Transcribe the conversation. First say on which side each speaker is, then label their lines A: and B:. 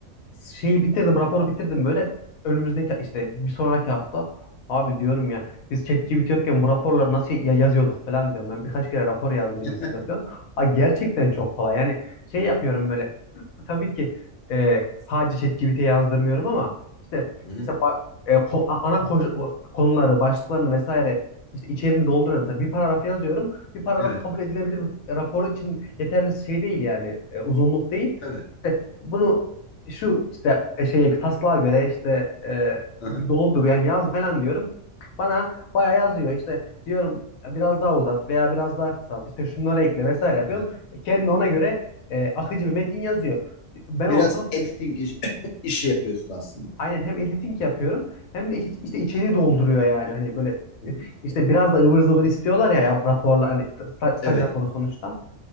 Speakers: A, on the left; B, on the left.
A: şeyi bitirdim, raporu bitirdim böyle. Önümüzdeki işte bir sonraki hafta abi diyorum ya biz ChatGPT yokken bu raporları nasıl ya- yazıyorduk falan diyorum. Ben birkaç kere rapor yazdım öncesinde
B: <laughs>
A: falan. Aa, gerçekten çok kolay. Yani şey yapıyorum böyle. <clears throat> Tabii ki e, sadece ChatGPT'ye yazdırmıyorum ama işte
B: Hı hı.
A: mesela ba- e, ko- a- ana koş- o- konuları, başlıklarını vesaire işte içeriğini dolduruyorum. Mesela bir paragraf yazıyorum. Bir paragraf
B: Evet.
A: kabul edilebilir bir rapor için yeterli şey değil yani e, uzunluk değil.
B: Tabii.
A: İşte bunu şu işte e, şeye taslağa göre işte e,
B: Aha,
A: bir doldur yani yaz falan diyorum. Bana bayağı yazıyor işte diyorum biraz daha uzat veya biraz daha kısalt işte şunları ekle vesaire yapıyorum.
B: evet.
A: E, Kendi ona göre e, akıcı bir metin yazıyor. Ben
B: Biraz
A: olsam
B: editing iş- <laughs> <coughs> işi yapıyorsun aslında.
A: aynen hem editing yapıyorum hem de iç- işte içeriği dolduruyor yani hani böyle
B: Hı hı.
A: e, işte biraz da ıvır zıvır istiyorlar ya raporlar hani sta- staj
B: Evet.
A: raporu sonuçta.